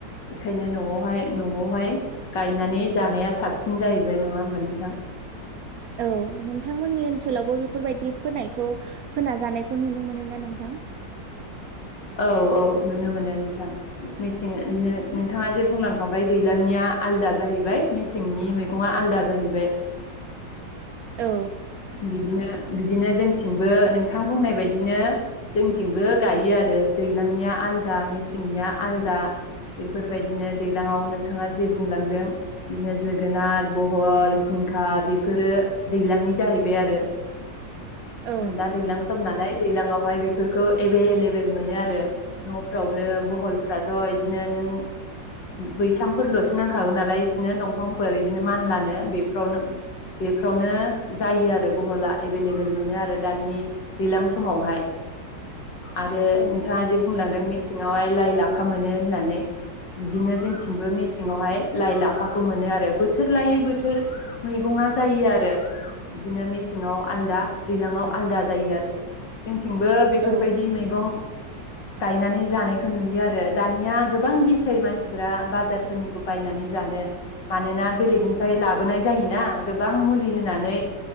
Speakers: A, on the left; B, on the right.
A: बेखायनो न'आवहाय न'आवहाय गायनानै जानाया साबसिन जाहैबाय नङा होमबा नोंथां?
B: औ नोंथांमोननि ओनसोलावबो बेफोरबायदि फोनायखौ फोनाजानायखौ नुनो मोनो ना नोंथां?
A: औ औ नुनो मोनो नोंथां मेसें नोंथाङा जे बुंलांखांबाय दैलांनिया आलदा जाहैबाय मेसेंनि मैगङा आलदा जाहैबाय।
B: औ
A: बिदिनो बिदिनो जोंथिंबो नोंथां बुंनाय बायदिनो जोंथिंबो गायो आरो। दैलांनिया आलदा मेसेंनिया आलदा बेफोरबायदिनो दैलाङाव नोंथाङा जे बुंलांदों बिदिनो जोगोनार बहल जिंखा बेफोरो दैलांनि जाहैबाय आरो।
B: औ
A: आ दा दैलां सम नालाय दैज्लां आवहाय बेफोरखौ एभे लेबेल मोनो आरो। न'फ्रावनो बहलफ्राथ' इदिनो नों बैसांफोरल'सो नांखागौ नालाय बिसिनो दंफांफोर इदिनो मानलानो बेफ्रावनो जायो आरो बहला एभेलेबेल मोनो आरो दानि दै्लां समावहाय आरो
B: औ
A: नोंथाङा जे बुंलांदों मेसे सेंआवहाय लाइ -लाफा मोनो होननानै इदिनो जोंथिंबो मेसेङावहाय लाइ- लाफाखौ मोनो आरो बोथोर लायै बोथोर मैगंआ जायो आरो इदिनो मेसेङाव आलदा दैलांआव आलदा जायो आरो जोंथि थिंबो बेफोरबायदि
B: औ
A: मैगं गायनानै जानायखौ नुयो आरो दानिया गोबां गिसै मानसिफ्रा बाजारफोरनिखौ बायनानै जानो मानोना बेलेगनिफ्राय लाबोनाय जायोना गोबां मुलि होनानै